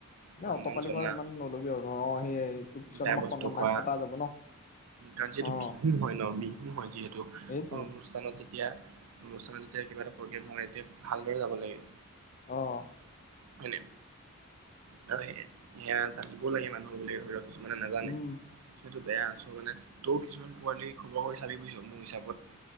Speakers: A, on the left (about 35°); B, on the right (about 80°).
A: ন'
B: সন্মান
A: অটপালি
B: জনা
A: কৰা ইমান নল'বি আৰু ন' আহি আহি তোক পিছত
B: বেয়া
A: আমাৰ
B: বস্তু
A: সন্মান নাক
B: খোৱা,
A: কাটা যাব
B: কাৰণ যিহেতু
A: অ
B: বিহু হয় ন' বি <unintelligible> তোক
A: সেইটোৱে
B: অনুষ্ঠানত যেতিয়া অনুষ্ঠানত যেতিয়া কিবা এটা প্ৰগ্ৰেম হয়, তেয়া ভালদৰে যাব লাগে।
A: অহ।
B: হয় নে? <unintelligible> দিব লাগে মানুহবিলে ঘৰত। কিছুমানে নাজানে,
A: উম
B: সেইটো। বেয়া আছ মানে। তও কিছুমান পোৱালি খবৰ কৰি চাবি বুইছ মোৰ হিচাপত।